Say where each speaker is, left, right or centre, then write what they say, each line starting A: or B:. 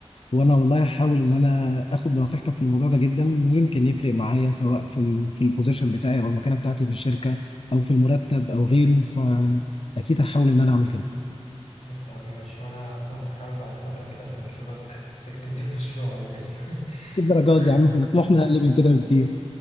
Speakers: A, on the left; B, on the left.
A: وانا والله هحاول ان انا اخد بنصيحتك في الموضوع ده جدا يمكن يفرق معايا سواء في في البوزيشن بتاعي او المكانه بتاعتي في الشركه او في المرتب او غيره فاكيد هحاول ان انا اعمل كده
B: بص يا عم ماشي وانا كو- هحاول بعد فترة كده اسأل اشوفك مسكت مدير <laughs> مشروع ولا لسه
A: الدرجات
B: <laughs>
A: دي يا عم احنا طموحنا اقل من كده بكتير